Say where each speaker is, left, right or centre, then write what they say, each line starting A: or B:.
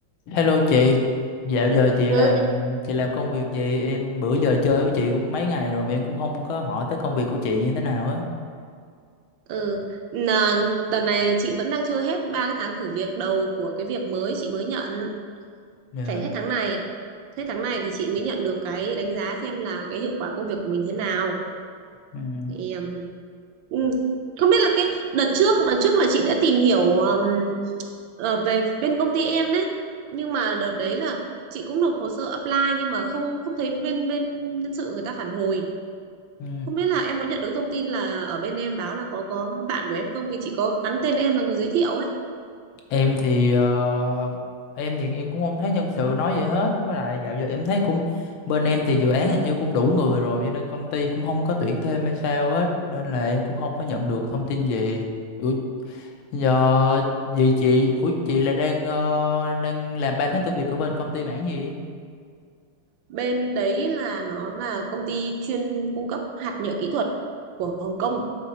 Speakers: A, on the left; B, on the right.
A: Hello chị, dạo giờ chị
B: Ừ,
A: làm
B: thế-
A: chị làm công việc gì? Em bữa giờ chơi với chị cũng mấy ngày rồi mà em cũng không có hỏi tới công việc của chị như thế nào á.
B: ừ. Nà, đợt này chị vẫn đang chưa hết ba cái tháng thử việc đầu của cái việc mới chị mới nhận
A: Dạ,
B: phải hết tháng này hết tháng này thì chị mới nhận được cái đánh giá xem là cái hiệu quả công việc của mình thế nào
A: Ừ.
B: thì um, ừ, không biết là cái đợt trước đợt trước là chị đã tìm hiểu um, ờ, về bên công ty em đấy nhưng mà đợt đấy là chị cũng nộp hồ sơ apply nhưng mà không không thấy bên bên nhân sự người ta phản hồi
A: Ừ.
B: Không biết là em có nhận được cái thông tin là ở bên em báo là có có bạn của em không? Vì chị có gắn tên em là người giới thiệu ấy.
A: Em thì ờ, em thì em cũng không thấy nhân sự nói vậy hết. Với lại dạo giờ em thấy cũng bên em thì dự án hình như cũng đủ người rồi cho nên công ty cũng không có tuyển thêm hay sao hết nên là em cũng không có nhận được thông tin gì. Ủa, giờ vậy chị, ủa chị là đang ờ, đang làm ba tháng tư việc ở bên công ty mảng gì?
B: Bên đấy là nó là công ty chuyên cung cấp hạt nhựa kỹ thuật của Hồng Kông.